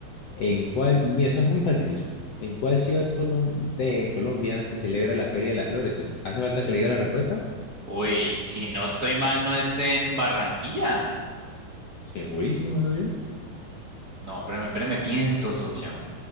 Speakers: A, on the left; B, on the right.
A: ¿En cuál? Mira, eso es muy fácil, socio. ¿En cuál ciudad colom- de Colombia se celebra la Feria de las Flores, socio? ¿Hace falta que le diga la respuesta?
B: Uy, si no estoy mal, ¿no es en Barranquilla?
A: Segurísimo, socio.
B: No, espérame, espérame, pienso, socio.